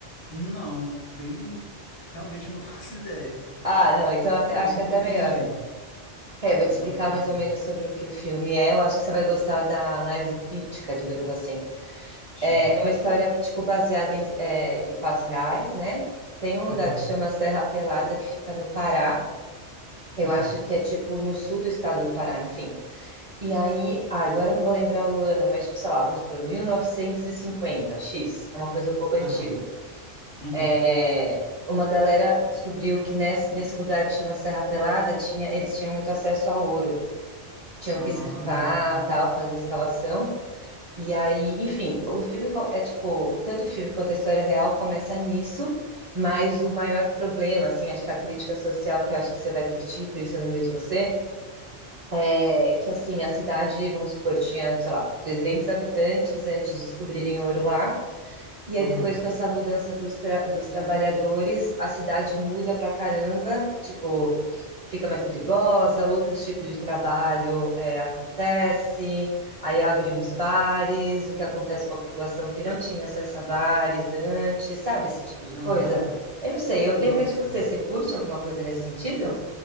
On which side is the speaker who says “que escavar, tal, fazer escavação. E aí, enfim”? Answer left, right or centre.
Right